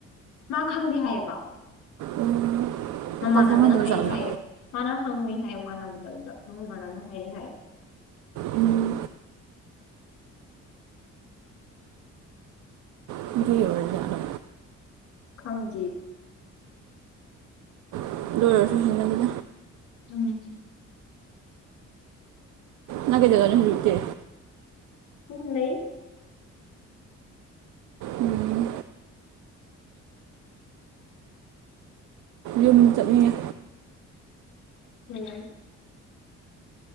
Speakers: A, on the left; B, on the right.
A: ꯃꯥ ꯈꯪꯗꯦ ꯍꯥꯏꯌꯦꯕ
B: ꯎꯝ
A: ꯃꯃꯥꯟꯅꯕꯅ
B: ꯄꯥꯎ ꯐꯥꯎꯅꯗꯕ
A: ꯍꯥꯏꯔꯛꯑꯦ
B: ꯖꯥꯠꯂꯥ
A: ꯍꯥꯏꯌꯦ ꯃꯥꯅ ꯍꯪꯉꯨꯏ ꯍꯥꯏꯌꯦ ꯃꯃꯥꯥꯟꯅꯕꯗ ꯑꯗꯨꯗ ꯃꯣꯏ ꯃꯃꯥꯟꯅꯕꯅ ꯍꯥꯏꯔꯛꯑꯦ ꯍꯥꯏꯌꯦ
B: ꯎꯝ ꯑꯗꯨꯒꯤ ꯑꯣꯏꯔꯖꯥꯠꯂꯥ
A: ꯈꯪꯖꯤ
B: ꯂꯣꯏꯔꯁꯨ
A: ꯎꯝ
B: ꯅꯪ ꯀꯩꯗꯧꯋꯤꯅꯣ ꯍꯧꯖꯤꯛꯇꯤ
A: ꯁꯨꯝ ꯂꯩ
B: ꯎꯝ ꯌꯨꯝ ꯆꯠꯅꯤꯡꯉꯦ
A: ꯎꯝ